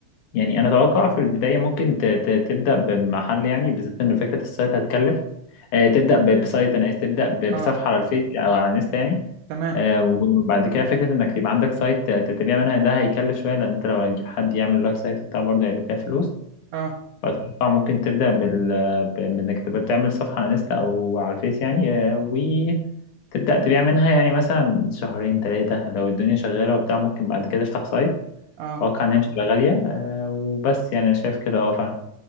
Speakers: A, on the left; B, on the right.
A: يعني انا اتوقع في البدايه ممكن ت- ت- تبدا بمحل يعني بالذات ان فكره السايت هتكلف آه، تبدا ب- بسايت انا آسف، تبدا ب-
B: أه
A: بصفحه على الفيس او على انستا يعني
B: تمام
A: آه، وبعد كده فكره انك يبقى عندك سايت ت- تبيع منها ده هيكلف شويه لان انت لو هتجيب حد يعمل لك سايت وبتاع برضه هيبقى فيها فلوس
B: أه
A: فاتوقع ممكن تبدا بال ب- من انك تبقى تعمل صفحه على انستا او على الفيس يعني آه، وتبدا تبيع منها يعني مثلا شهرين ثلاثه لو الدنيا شغاله وبتاع ممكن بعد كده تفتح سايت
B: أه
A: اتوقع ان هي مش تبقى غاليه آه وبس يعني انا شايف كده اه فعلا